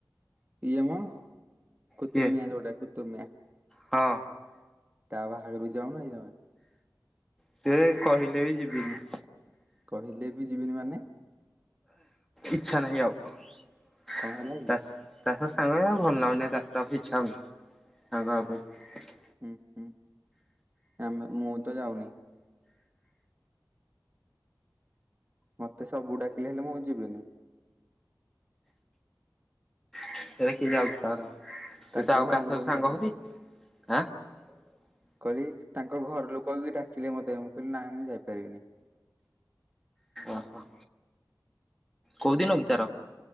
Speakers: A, on the right; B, in the centre.
A: ଇଏମ କୁତୁର୍ମିଆ
B: କିଏ
A: ଯୋଉଟା କୁତୁର୍ମିଆ।
B: ହଁ।
A: ତା ବାହାଘରକୁ ଯାଉନ ତମେ?
B: ସେ କହିଲେ ବି ଯିବିନି।
A: କହିଲେ ବି ଯିବିନି ମାନେ?
B: ଇଚ୍ଛା ନାହି ଆଉ ତାସ
A: କଣ ହେଲା କି?
B: ତାହସ ସାଙ୍ଗ ଆଉ ଭଲ ନାଗୁନୀ ଇଚ୍ଛା ହଉନି ସାଙ୍ଗହବା ପାଇଁ।
A: ହୁଁ ହୁଁ ଆମେ ମୁଁ ତ ଯାଉନି। ମତେ ସବୁ ଡାକିଲେନି ହେଲେ ମୁଁ ଯିବିନି
B: <unintelligible> ଯାଉଛି ସେ ତ
A: ତାଙ୍କ
B: ଆଉ
A: ଘର ଲୋକ
B: କାହା
A: ବି ଡାକିଲେ।
B: ସାଙ୍ଗରେ ସାଙ୍ଗ ହଉଛି ଆଁ
A: କହିଲି ତାଙ୍କ ଘର ଲୋକ ବି ଡାକିଲେ ମତେ ମୁଁ କହିଲି ନାଁ ମୁଁ ଯାଇପାରିବିନି।
B: ଓହୋ। କୋଉଦିନ କି ତାର?